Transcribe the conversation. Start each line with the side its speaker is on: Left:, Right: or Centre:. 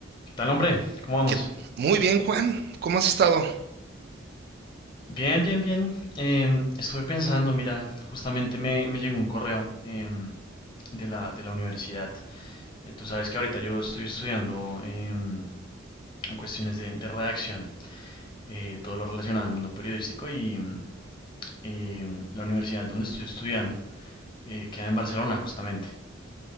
Left: ¿Qué tal, hombre? ¿Cómo vamos?
Right: Que- Muy bien, Juan. ¿Cómo has estado?
Left: Bien, bien, bien. Em, estuve pensando, mira, justamente me, me llegó un correo em, de la, de la universidad. Eh, tú sabes que ahorita yo estoy estudiando em, cuestiones de, de redacción, eh, todo lo relacionado al mundo periodístico y mm, em, la universidad donde estoy estudiando eh, queda en Barcelona, justamente.